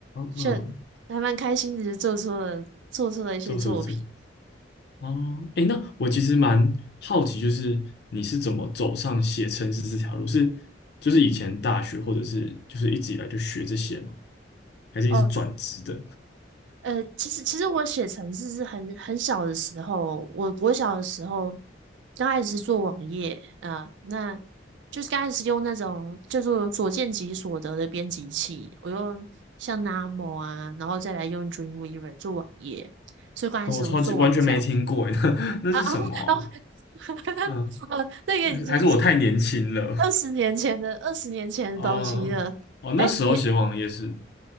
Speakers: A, on the right (about 70°); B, on the left (about 60°).
A: 就
B: 嗯，
A: 还蛮开心的，就做出了做出了一些作品。
B: 就是这个。哦，诶，那我其实蛮好奇，就是你是怎么走上写程式这条路？是就是以前大学，或者是就是一直以来就学这些吗？还是你是转职的？
A: 哦，呃，其实其实我写程式是很很小的时候，我我小的时候刚开始是做网页，啊，那就是刚开始用那种叫做所见即所得的编辑器，我用像 Namo 啊，然后再来用 Dreamweaver 做网页，所以刚开始我是做网站
B: <laughs> 哦我超级完全没听过，诶，<laughs> 那那是什么啊
A: 啊啊啊，<laughs>
B: 嗯，
A: 哦，那个已经是
B: 还是还是我太年轻了？
A: 二十年前的二十年前的东西了。
B: <laughs> 哦哦，
A: 哎，
B: 那时候写网页是
A: 你